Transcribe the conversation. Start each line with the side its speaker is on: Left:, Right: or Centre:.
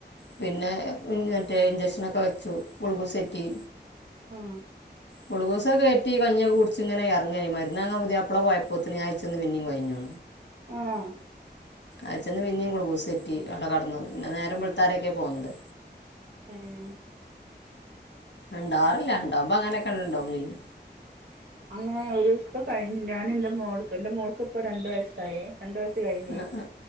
Left: പിന്നെ മറ്റേ ഇഞ്ചെക്ഷനൊക്കെ വെച്ചു ഗുൾഗോസേറ്റി
Right: ആഹ്
Left: ഗുൾഗോസൊക്കെ കേറ്റി കഞ്ഞിയൊക്കെ കുടിച്ച് ഇങ്ങനെ എറങ്ങേനി മരുന്നാങ്ങാൻ പുതിയാ പ്ലള പോയപ്പോത്തിന് ഞാൻ അയച്ചന്ന് പിന്നേം കൊയഞ്ഞ്ണ്
Right: ആഹ്
Left: അയ്ച്ചെന്ന് പിന്നേം ഗുളുഗുസെറ്റി അടെ കടന്നു പിന്നെ നേരം ബെൾത്താരേക്കെ പോന്നത്
Right: ആഹ്
Left: ഇണ്ടാറില്ലാ ഇണ്ടാവുമ്പോ അങ്ങനെക്കെ ഇണ്ടാവും ചെയ്യും
Right: അങ്ങനെ ഒരു ഇപ്പ കഴിഞ്ഞു ഞാനെന്റെ മോൾക്ക് എന്റെമോൾക്ക് ഇപ്പോ രണ്ട് വയസ്സായെ രണ്ടു വയസ്സ് കഴിഞ്ഞെ
Left: ആ ആ